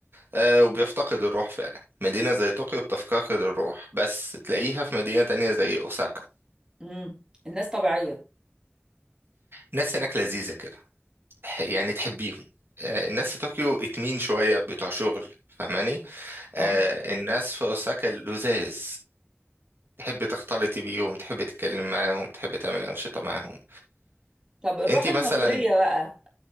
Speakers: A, on the right; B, on the right.
A: آه، وبيفتقد الروح فعلا مدينة زي طوكيو بتفتقد الروح بس تلاقيها في مدينة تانية زي أوساكا
B: مم. الناس طبيعية
A: الناس هناك لذيذة كده تح- يعني تحبيهم آه، الناس في طوكيو اتمين شوية بتوع شغل فاهماني آه،
B: اه
A: الناس في أوساكا لذاذ تحب تختلطي بيهم تحب تتكلم معاهم تحب تعمل أنشطة معاهم
B: طب الروح
A: انتي
B: المصرية
A: مثلا
B: بقى